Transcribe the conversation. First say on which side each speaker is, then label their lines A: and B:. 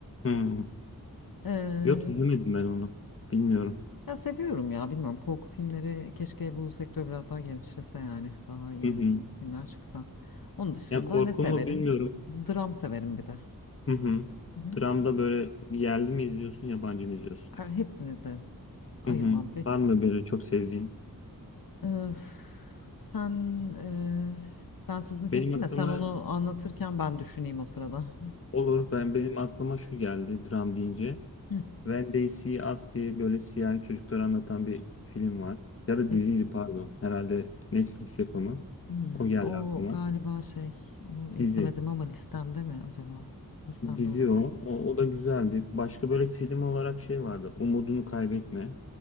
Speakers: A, on the left; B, on the left.
A: Hı.
B: Eee,
A: Yok izlemedim ben onu. Bilmiyorum.
B: ya seviyorum ya bilmiyorum korku filmleri keşke bu sektör biraz daha genişlese yani. Daha iyi
A: Hı hı.
B: filmler çıksa. Onun dışında
A: Ya korku
B: ne severim?
A: mu bilmiyorum.
B: Dram severim bir de.
A: Hı hı.
B: İşte. Hı hı.
A: Dramda böyle yerli mi izliyorsun, yabancı mı izliyorsun?
B: Her- Hepsini izlerim. Ayırmam
A: Hı hı.
B: peki.
A: Var mı böyle çok sevdiğin?
B: Ee, sen e, ben sözünü kestim
A: Benim aklıma
B: ya sen onu anlatırken ben düşüneyim o sırada.
A: olur.
B: Hı.
A: Ben benim aklıma şu geldi dram deyince.
B: Hı.
A: When They See Us diye böyle siyahi çocukları anlatan bir film var. Ya da
B: E,
A: diziydi pardon. Herhalde Netflix yapımı.
B: hmm,
A: O geldi
B: o
A: aklıma.
B: galiba şey onu izlemedim
A: Dizi.
B: ama listemde mi acaba? Listemde
A: Dizi
B: olabilir.
A: o. O, o da güzeldi. Başka böyle film olarak şey vardı. Umudunu Kaybetme.